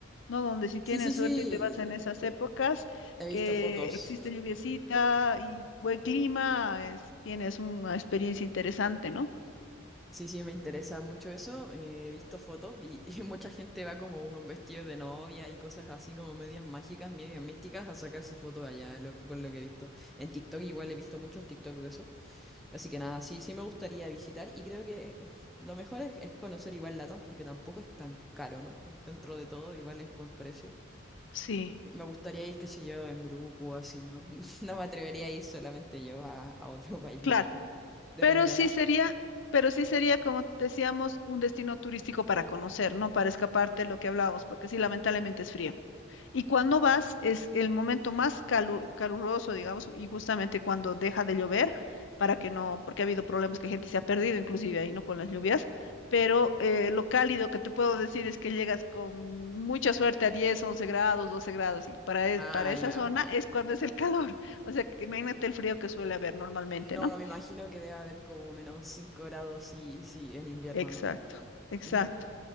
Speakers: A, on the left; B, in the centre.
A: ¿no? Donde si tienes
B: Sí, sí, sí.
A: suerte y te vas en esas épocas
B: He visto
A: que
B: fotos.
A: existe lluviecita y buen clima, es- tienes una experiencia interesante, ¿no?
B: Sí, sí, me interesa mucho eso. eh, he visto fotos y, y <laughs> mucha gente va como con vestidos de novia y cosas así como medias mágicas, medias místicas a sacarse fotos allá, lo- por lo que he visto. En TikTok igual he visto muchos TikTok de eso. Así que nada, sí, sí me gustaría visitar y creo que <laughs> eh, lo mejor es, es conocer igual Latam porque tampoco es tan caro, ¿no? Dentro de todo igual es buen precio.
A: Sí,
B: Me gustaría ir, qué sé yo, en grupo o así, ¿no? <laughs> No me atrevería a ir solamente yo a, a otro <laughs> país,
A: claro.
B: la verdad. Depende,
A: Pero sí
B: ¿no?
A: sería, pero sí sería, como decíamos, un destino turístico para conocer, no para escaparte lo que hablábamos, porque sí, lamentablemente es frío. Y cuando vas es el momento más calu- caluroso, digamos, y justamente cuando deja de llover, para que no, porque ha habido problemas que gente se ha perdido, inclusive ahí, ¿no? Con las lluvias, pero eh, lo cálido que te puedo decir es que llegas con mucha suerte a 10, 11 grados, 12 grados, y para, e-
B: Ah,
A: para esa
B: ya.
A: zona es cuando es el calor. <laughs> O sea, que imagínate el frío que suele haber normalmente,
B: No,
A: ¿no?
B: me imagino que debe haber como menos 5 grados si, si en invierno,
A: Exacto,
B: ¿no?
A: exacto.
B: Mm,